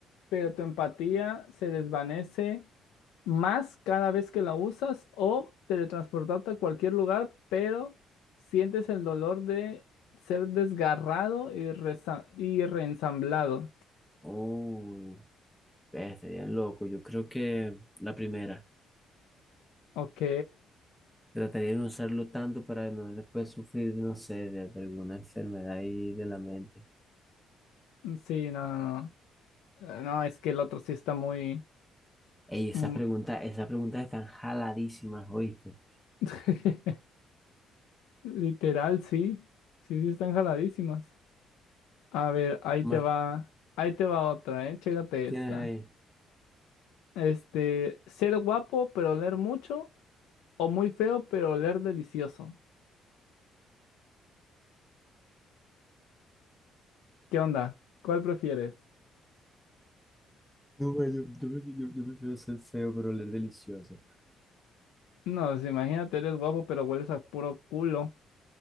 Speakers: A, on the left; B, in the centre.
A: pero tu empatía se desvanece más cada vez que la usas? ¿O teletransportarte a cualquier lugar, pero sientes el dolor de ser desgarrado y, reza- y reensamblado?
B: Oh, eh, estaría loco. Yo creo que la primera.
A: Ok.
B: Trataría de no usarlo tanto para no después sufrir, no sé, de, de alguna enfermedad ahí de la mente.
A: Sí, no, no, no. Eh, No, es que el otro sí está muy...
B: Ey, esas
A: mm,
B: preguntas, esas preguntas están jaladísimas, ¿oíste?
A: <laughs> Literal, sí. Sí, sí, están jaladísimas. A ver, ahí
B: ¿Qué
A: te
B: más
A: va, ahí te va otra, ¿eh? Chécate
B: tienes
A: esta.
B: ahí?
A: Este, ser guapo pero oler mucho o muy feo pero oler delicioso. ¿Qué onda? ¿Cuál prefieres?
B: No, ma, yo, yo, yo- yo prefiero ser feo, pero oler delicioso.
A: No, pues, imagínate, eres guapo pero hueles a puro culo.